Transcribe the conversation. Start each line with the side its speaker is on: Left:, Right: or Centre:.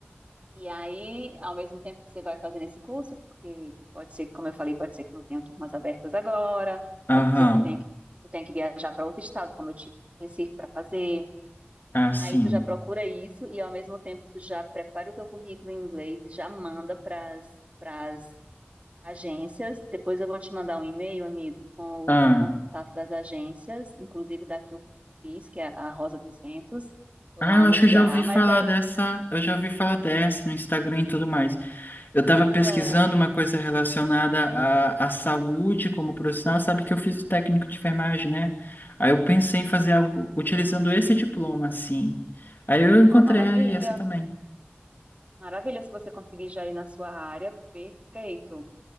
Right: E aí, ao mesmo tempo que você vai fazendo esse curso, porque pode ser que, como eu falei, pode ser que não tenha turmas abertas agora,
Left: Aham.
Right: pode ser que tu tenha que, tu tenha que viajar para outro estado, como eu tive Recife para fazer.
Left: Ah, sim.
Right: Aí tu já procura isso e ao mesmo tempo tu já prepara o teu currículo em inglês e já manda para as agências. Depois eu vou te mandar um e-mail, amigo, com
Left: Ah.
Right: o contato das agências, inclusive da que eu fiz, que é a Rosa dos Ventos, lá
Left: Ah, eu
Right: no
Left: acho
Right: Ceará.
Left: que eu já ouvi
Right: Mas
Left: falar
Right: aí,
Left: dessa, eu já ouvi falar dessa no Instagram e tudo mais. Eu estava
Right: pois
Left: pesquisando
Right: é,
Left: uma coisa relacionada à, à saúde como profissional, sabe que eu fiz o técnico de enfermagem, né? Aí eu pensei em fazer algo utilizando
Right: sim.
Left: esse diploma, assim. Aí eu encontrei
Right: Oh, maravilha.
Left: essa também.
Right: Maravilha, se você conseguir já ir na sua área, perfeito.